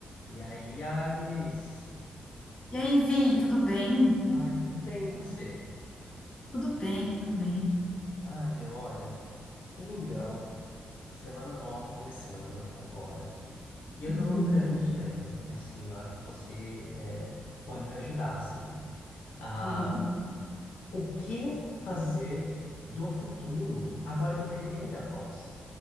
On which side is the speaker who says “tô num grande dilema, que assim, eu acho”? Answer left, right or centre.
Left